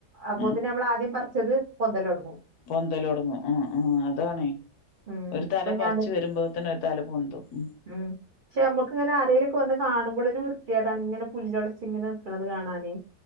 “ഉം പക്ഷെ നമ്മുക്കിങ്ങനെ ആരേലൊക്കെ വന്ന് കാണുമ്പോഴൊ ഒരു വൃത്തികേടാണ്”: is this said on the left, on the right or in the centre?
Right